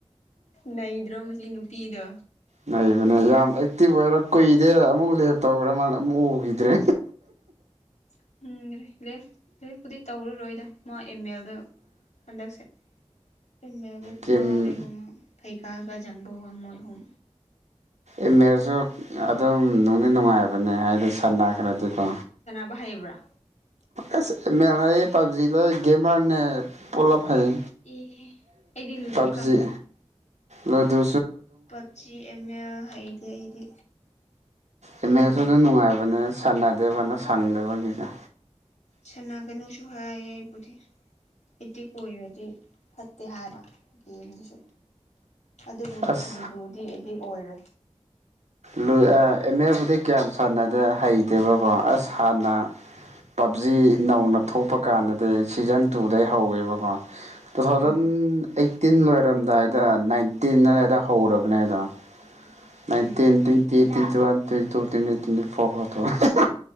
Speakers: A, on the left (about 85°); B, on the right (about 85°).
A: ꯅꯩꯗ꯭ꯔꯣ ꯃꯁꯤ ꯅꯨꯄꯤꯗꯣ
B: ꯅꯩꯕꯅꯦ ꯌꯥꯝ ꯑꯦꯛꯇꯤꯚ ꯑꯣꯏꯔ ꯀꯨꯏꯗꯦ ꯑꯃꯨꯛ ꯂꯦꯞꯇꯧꯈ꯭ꯔ ꯃꯥꯜꯂꯦ ꯑꯃꯨꯛ ꯎꯈꯤꯗ꯭ꯔꯦ
A: <inaudible> ꯎꯝ ꯂꯦꯞ ꯂꯦꯞꯄꯨꯗꯤ ꯇꯧꯔꯔꯣꯏꯗ ꯃꯥ ꯏꯃꯦꯜꯗ ꯍꯟꯗꯛꯁꯦ ꯏꯃꯦꯜꯗ
B: ꯀꯤꯝ
A: ꯉꯥꯎꯔꯦꯕꯃ ꯐꯩꯀꯥꯒ ꯖꯪꯕꯨꯒ ꯃꯣꯏꯍꯨꯝ
B: ꯏꯃꯦꯜꯁꯨ ꯑꯗꯨꯝ ꯅꯨꯡꯗꯤ ꯅꯨꯡꯉꯥꯏꯕꯅꯦ ꯍꯥꯏꯗꯤ ꯁꯥꯟꯅꯈ꯭ꯔꯗꯤꯀꯣ
A: ꯃꯥ ꯍꯩꯕꯔꯥ
B: ꯑꯦꯃꯦꯜ ꯍꯩ ꯄꯞꯖꯤ ꯂꯣꯏ ꯒꯦꯝꯃꯔꯅꯦ ꯄꯣꯂꯞ ꯍꯩ
A: ꯑꯦ ꯑꯩꯗꯤ ꯂꯨꯗꯨ
B: ꯄꯞꯖꯤ
A: ꯈꯛꯅꯦ
B: ꯂꯨꯗꯨ
A: ꯄꯞꯖꯤ ꯑꯦꯝ ꯑꯦꯜ ꯍꯩꯇꯦ ꯑꯩꯗꯤ
B: ꯑꯦꯝ
A: ꯁꯥꯟꯅꯗꯦ
B: ꯑꯦꯜꯁꯨ ꯑꯗꯨꯝ ꯅꯨꯡꯉꯥꯏꯕꯅꯤ ꯁꯥꯟꯅꯗꯦꯕ ꯁꯪꯗꯕꯒꯤꯒꯥ
A: ꯁꯅꯒꯅꯨꯁꯨ ꯍꯥꯏꯌꯦ ꯑꯩꯕꯨꯗꯤ ꯑꯦꯗꯤꯛ ꯑꯣꯏꯔꯗꯤ ꯐꯠꯇꯦ ꯍꯥꯏꯕ ꯒꯦꯝꯗꯨꯁꯨ ꯑꯗꯨꯕꯨ
B: ꯑꯁ
A: ꯂꯨꯗꯨꯗꯤ ꯑꯦꯗꯤꯛ ꯑꯣꯏꯔꯦ
B: ꯂꯨꯏ ꯑ ꯑꯦꯝ ꯑꯦꯜꯕꯨꯗꯤ ꯀꯌꯥꯝ ꯁꯥꯟꯅꯗꯦ ꯍꯩꯇꯦꯕꯀꯣ ꯑꯁ ꯍꯥꯟꯅ ꯄꯞꯖꯤ ꯅꯧꯅ ꯊꯣꯛꯄ ꯀꯥꯟꯗꯗꯤ ꯁꯤꯖꯟ ꯇꯨꯗꯩ ꯍꯧꯋꯦꯕꯀꯣ two thousand
A: um
B: eighteen ꯂꯣꯏꯔꯝꯗꯥꯏꯗ ꯅꯥꯏꯟꯇꯤꯟ ꯑꯗꯥꯏꯗ ꯍꯧꯔꯕꯅꯦꯗꯣ nineteen
A: ꯎꯝ
B: twenty twenty one twenty two ꯇꯠ ꯇ꯭ꯋꯦꯟꯇꯤ ꯐꯣꯔ ꯐꯧꯎ ꯇꯧꯋꯦ ꯍꯤꯍꯤ